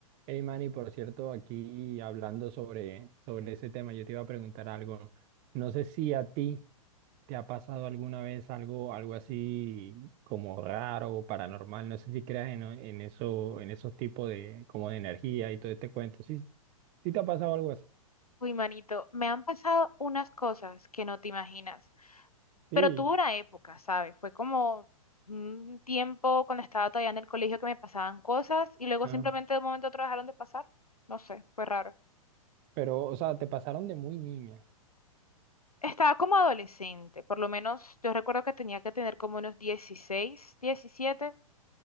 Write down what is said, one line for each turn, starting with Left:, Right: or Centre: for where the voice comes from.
Right: Hey Manny, por cierto, aquí hablando sobre, sobre ese tema, yo te iba a preguntar algo. No sé si a ti te ha pasado alguna vez algo, algo así como raro o paranormal. No sé si creas en, en eso, en esos tipos de, como de energía y todo este cuento. Sí, sí te ha pasado algo así.
Left: Uy, manito, me han pasado unas cosas que no te imaginas,
Right: Sí,
Left: pero tuve una época, ¿sabes? Fue como un tiempo cuando estaba todavía en el colegio que me pasaban cosas y luego
Right: ajá.
Left: simplemente de un momento a otro dejaron de pasar. No sé, fue raro.
Right: Pero, o sea, te pasaron de muy niña.
Left: Estaba como adolescente, por lo menos yo recuerdo que tenía que tener como unos 16, 17.